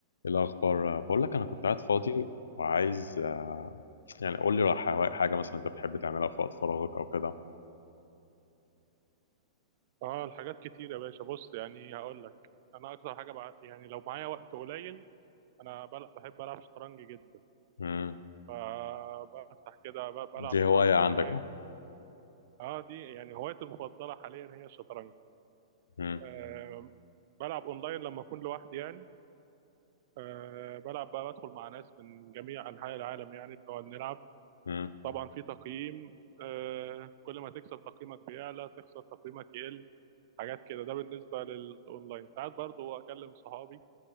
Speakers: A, on the left; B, on the right.
A: إيه الأخبار بقول لك أنا كنت قاعد فاضي وعايز آه، يعني قول لي حوا- حاجة مثلا أنت بتحب تعملها في وقت فراغك أو كده
B: اه الحاجات كتير يا باشا بص يعني هقول لك انا اكتر حاجه بع... يعني لو معايا وقت قليل انا بل... بحب العب شطرنج جدا
A: مم.
B: فبفتح كده ب...
A: دي
B: بلعب شطرنج
A: هواية عندك
B: اونلاين
A: يعني
B: اه دي يعني هوايتي المفضله حاليا هي الشطرنج
A: مم.
B: آه بلعب اونلاين لما اكون لوحدي يعني آه بلعب بقى بدخل مع ناس من جميع انحاء العالم يعني بنقعد نلعب
A: مم.
B: طبعا في تقييم آه كل ما تكسب تقييمك بيعلى تخسر تقييمك يقل حاجات كده ده بالنسبه للاونلاين ساعات برضو اكلم صحابي